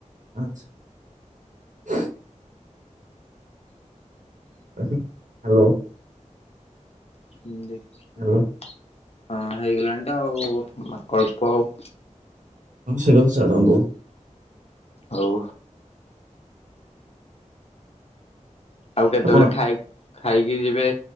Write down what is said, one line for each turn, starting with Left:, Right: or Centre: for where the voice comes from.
Right: ଆଚ୍ଛା। <unintelligible> ହ୍ୟାଲୋ।
Left: ହୁଁ ଦେଖି
Right: ହାଲୋ
Left: <inaudible> ହଁ ହେଇଗଲାଣି ତ ଆଉ, ଅଳ୍ପ ଆଉ।
Right: ଆମ ସେ କ ବି ସେଡ଼ ଦ
Left: ହଉ। ଆଉ କେତେବେଳେ
Right: ଆପଣ
Left: ଖାଇ ଖାଇକି ଯିବେ